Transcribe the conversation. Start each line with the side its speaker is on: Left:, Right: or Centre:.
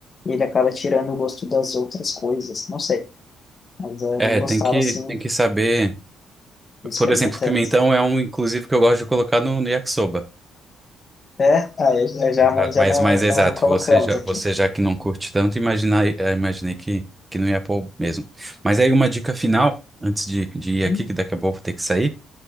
Left: e ele acaba tirando o gosto das outras coisas. Não sei, mas eu
Right: É,
Left: não gostava
Right: tem que,
Left: assim,
Right: tem que saber.
Left: experimentando.
Right: Por exemplo, pimentão é um, inclusive, que eu gosto de colocar no, no yakisoba.
Left: É, ah, eu, eu já,
Right: Exato.
Left: mas
Right: Mas
Left: já não,
Right: mais exato,
Left: não, não colocamos
Right: você já,
Left: aqui.
Right: você já que não curte tanto, imaginar, eh, imaginei que, que não ia pôr mesmo. Mas aí uma dica final, antes de, de ir aqui,
Left: Hum,
Right: que daqui a pouco eu vou ter que sair.